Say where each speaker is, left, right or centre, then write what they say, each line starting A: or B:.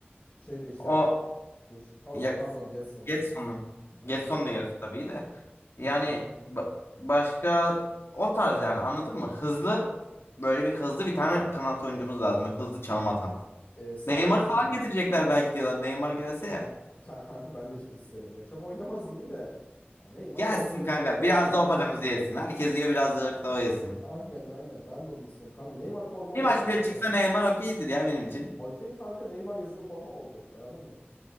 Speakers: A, on the left; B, on the left.
A: Şey
B: <laughs>
A: Beşiktaş'ta
B: O
A: değil mi? Beş... Aa,
B: Ya
A: pardon Getson'du.
B: Getson'u.
A: Aynen
B: Getson
A: Getson.
B: da geldi tabii de. Yani
A: Getson.
B: ba- başka o tarz yani anladın mı? Hızlı böyle bir hızlı bir tane kanat oyuncumuz lazım. Böyle hızlı çalım atan.
A: Ee, Sen
B: Neymar'ı
A: Maximen.
B: falan getirecekler
A: <laughs>
B: belki diyorlar. Neymar gelse ya.
A: Ya kanka ben de çok isterim. Ya çok oynamaz gibi de. Ya Neymar
B: Gelsin
A: Galatasaray'a
B: kanka.
A: geldi
B: Biraz
A: olur.
B: da o paramızı yesin. Herkes yiyor biraz da o yesin.
A: Aynen aynen. Ben de onu istiyorum. Kanka Neymar formam
B: Bir
A: olacak
B: maç bile
A: mesela.
B: çıksa Neymar okeydir ya benim için.
A: Okey kanka Neymar yazılı formam olacak yani anladın mı?